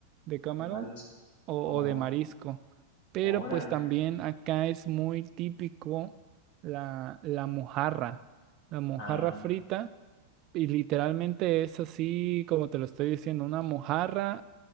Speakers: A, on the right; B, on the left.
A: de camarón
B: de marisco.
A: o,
B: Oh,
A: o de marisco. Pero
B: órale.
A: pues también acá es muy típico la, la mojarra, la mojarra
B: ah
A: frita y literalmente es así como te lo estoy diciendo, una mojarra